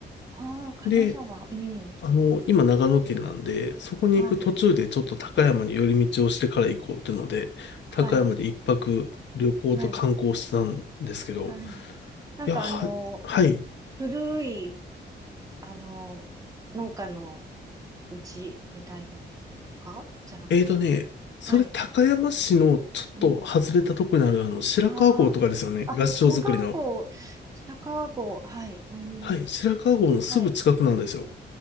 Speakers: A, on the right; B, on the left.
A: ああ、金沢。
B: で、
A: うん。
B: あの、今長野県なんで、そこに行く途中でちょっと高山に寄り道をしてから行こうっていうので、
A: はい。はい。
B: 高山で一泊旅行と観光してたんですけど、
A: はい。はい。なんかあの、
B: いや、は、はい。
A: 古い、あの、農家の、うちみたいなのとかじゃなくて。
B: えーとね、それ高山市のちょっと外れたとこにあるあの白川郷とかですよね。
A: はい。うん。ああ。あ、
B: 合掌造りの。
A: 白川郷、白川郷、はい。うん。
B: はい。白川郷のすぐ近くなんですよ。
A: はい。